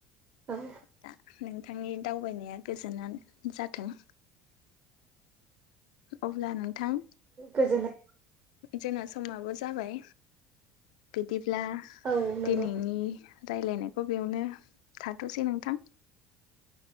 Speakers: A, on the right; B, on the left.
A: औ
B: दा नोंथांनि दावबायनाया गोजोनानो जाथों अब्ला नोंथां
A: गोजोननाय
B: जोंना समाबो जाबाय बिदिब्ला
A: औ नंगौ
B: दिनैनि रायलायनायखौ बेयावनो थाथ'सै नोंथां